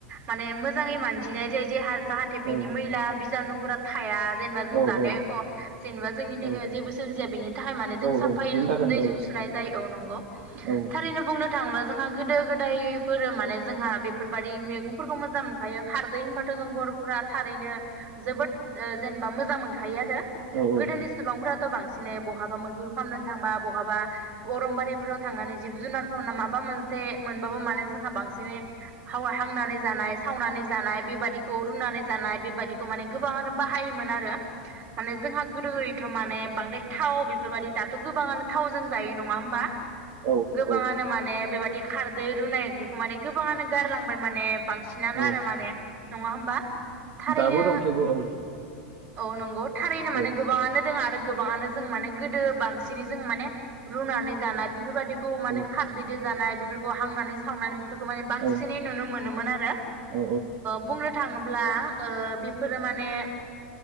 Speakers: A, on the right; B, on the right.
A: माने मोजाङै मानजिनाय जाय जे <unintelligible> जाहाथे बिनि
B: औ
A: मैला बिजानु फुरा थाया जेनेबा जों
B: औ
A: जानाय
B: औ
A: एख' जेनेबा जोंनि देहाया
B: औ
A: जेबो सोमजिया बेनि थाखाय माने जों
B: औ
A: साफाय
B: औ बेनि थाखायनो
A: दैजों
B: औ
A: सुनाय जायो औ नंगौ
B: औ
A: थारैनो बुंनो थाङोबा जोंहा गोदो गोदायफोर माने जोंहा बेफोरबायाददि मैगंफोरखौ मोजां मोनखायो खारदै होनबा जों बरफोरा थारैनो जोबोद जेनेबा मोजां मोनखायो आरो
B: औ
A: गोदोनि
B: औ
A: सुबुंफोरा थ' बांसिनै ब बहाबा मैहुर खालामनो थांबा बहाबा अरमबारिफोराव थांनानै जिब जुनारफोर माबा मोनसे मोनबाबो माने जोंहा बांसिनै हांनानै जानाय सावनानै जानाय बेबायाददिखौ रुनानै जानाय बेबायदि बिखौ माने गोबाङानो बाहायोमोन आरो माने जोंहा गोदो यैथ' माने बांद्राय थाव बेफोरबायदि दाथ' गोबाङानो थावजों जायो नङा होमबा
B: औ
A: गोबाङानो
B: औ
A: माने बेबायदि खारदै रुनाय ओंख्रिखौ माने गोबाङानो गारलांबाय माने बांसिनानो
B: औ
A: आरो माने नङा होमबा? थारैनो
B: दाबो दं थेवबो औ
A: औ नंगौ थारैनो माने
B: औ
A: गोबाङानो दङ आरो गोबाङानो जों माने गोदो बांसिनै जों माने रुनानै जानाय बेफोरबायदिखौ माने
B: औ
A: खारदैदो जानाय बेफोरखौ हांनानै सावनानै खौ माने बांसिनै
B: औ
A: नुनो मोनोमोन आरो
B: औ
A: बुंनो थाङोब्ला बेफोरो माने